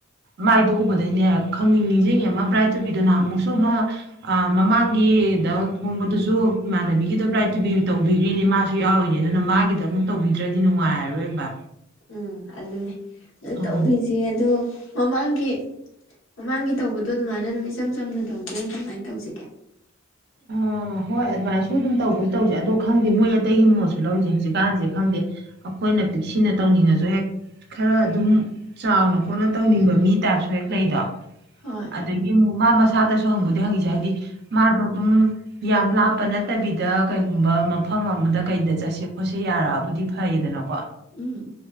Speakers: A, on the right (about 55°); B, on the left (about 85°).
A: ꯃꯥꯏꯗꯨ ꯎꯕꯗꯩꯅꯦ ꯈꯪꯅꯤꯡ ꯅꯤꯡꯁꯤꯡꯉ ꯑꯃ ꯕ꯭ꯔꯥꯏꯠ ꯇꯧꯕꯤꯗꯨꯅ ꯑꯃꯨꯛꯁꯨ ꯑꯃ ꯃꯃꯥꯡꯒꯤ ꯗ ꯐꯣꯡꯕꯗꯨꯁꯨ ꯏꯃꯅꯕꯤꯒꯤꯗꯥꯏ ꯇꯨ ꯇꯧꯕꯤ ꯑꯗꯨꯏꯅꯦ ꯃꯥꯁꯨ ꯌꯥꯎꯏꯅꯦ ꯑꯗꯨꯅ ꯃꯥꯒꯤꯗ ꯑꯃꯨꯛ ꯇꯧꯕꯤꯗ꯭ꯔꯗꯤ ꯅꯨꯡꯉꯥꯏꯔꯔꯣꯏꯕ
B: ꯎꯝ ꯑꯗꯨꯅꯦ ꯑ
A: ꯎꯝ
B: ꯇꯧꯕꯤꯁꯦ ꯑꯗꯣ ꯃꯃꯥꯡꯒꯤ ꯃꯃꯥꯡꯒꯤ ꯇꯧꯕꯗꯣ ꯑꯗꯨꯃꯥꯏꯅ ꯑꯗꯨꯝ ꯏꯆꯝ ꯆꯝꯅ ꯇꯧꯖꯔꯥ ꯀꯃꯥꯏꯅ ꯇꯧꯁꯤꯒꯦ
A: ꯑꯥ ꯍꯣꯏ ꯑꯗꯨꯝꯃꯥꯢꯅꯁꯨ ꯑꯗꯨꯝ ꯇꯧꯕꯗꯤ ꯇꯧꯁꯦ ꯑꯗꯣ ꯈꯪꯗꯦ ꯃꯣꯏ ꯑꯇꯩꯒꯤ ꯃꯣꯠꯁꯨ ꯂꯧꯔꯤꯁꯦ ꯍꯧꯖꯤꯛꯀꯥꯟꯁꯦ ꯈꯪꯗꯦ ꯑꯩꯈꯣꯏꯅ ꯁꯤꯅ ꯇꯧꯅꯤꯡꯉꯁꯨ ꯍꯦꯛ ꯈꯔ ꯑꯗꯨꯝ ꯆꯥꯎꯅ ꯈꯣꯠꯅ ꯇꯧꯅꯤꯡꯕ ꯃꯤ ꯇꯥꯔꯁꯨ ꯍꯦꯛ ꯂꯩꯗꯣ
B: ꯍꯣꯏ
A: ꯑꯗꯒꯤ ꯑꯃꯨꯝ ꯃꯥ ꯃꯁꯥꯗꯁꯨ ꯍꯪꯕꯗꯤ ꯍꯪꯈꯤꯁꯦ ꯍꯥꯏꯗꯤ ꯃꯥꯗꯣ ꯑꯗꯨꯝ ꯌꯥꯝ ꯂꯥꯞꯄ ꯅꯠꯇꯕꯤꯗ ꯀꯩꯒꯨꯝꯕ ꯃꯐꯝ ꯑꯃꯗ ꯀꯩꯗ ꯆꯠꯁꯦ ꯈꯣꯠꯁꯦ ꯌꯥꯔꯛꯑꯕꯨꯗꯤ ꯐꯩꯌꯦꯗꯅꯀꯣ
B: ꯎꯝ